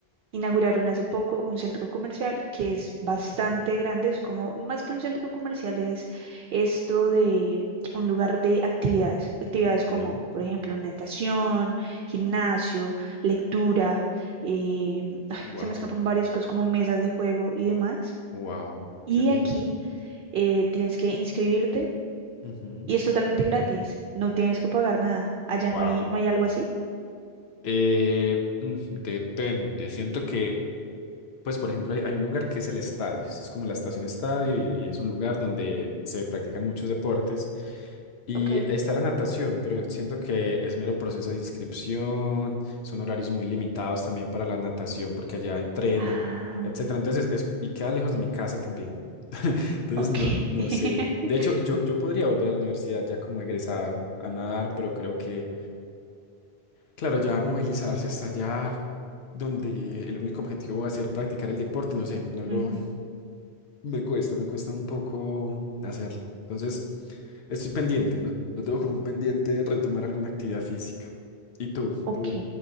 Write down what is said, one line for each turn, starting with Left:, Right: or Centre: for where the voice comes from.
Right: inauguraron hace poco un centro comercial que es bastante
Left: ajá.
Right: grande, es como, más que un centro comercial, es esto de un lugar de actividades, actividades como,
Left: Okay.
Right: por ejemplo, natación, gimnasio, lectura, eh, <laughs>
Left: Wow,
Right: <sighs> se me escapan varias cosas como mesas de juego y demás.
Left: wow,
Right: Y
Left: qué lindo.
Right: aquí eh, tienes que inscribirte
Left: Ujú,
Right: y es totalmente gratis, no tienes que pagar nada. Allá
Left: Wow.
Right: no hay, no hay algo así.
Left: Eh, mm, depende. Siento que Pues, por ejemplo, hay, hay un lugar que es el estadio. Es como la estación estadio y, y es un lugar donde se practican muchos deportes. Y
Right: Ok.
Left: está la natación, pero siento que es mero proceso de inscripción. Son horarios muy limitados también para la natación porque allá entrenan,
Right: Ah,
Left: etcétera. Entonces, es, es- y queda lejos de mi casa también. <laughs> Entonces,
Right: ok.
Left: no, no
Right: <laughs>
Left: sé. De hecho, yo, yo podría volver a la universidad ya como egresado a nadar, pero creo que, claro, ya movilizarse hasta allá donde el único objetivo va a ser practicar el deporte, no sé, no lo...
Right: Ujú,
Left: Me cuesta, me cuesta un poco hacerlo. Entonces, estoy pendiente, lo, lo tengo como un pendiente de retomar alguna actividad física. ¿Y tú?
Right: Ok,
Left: ¿Tú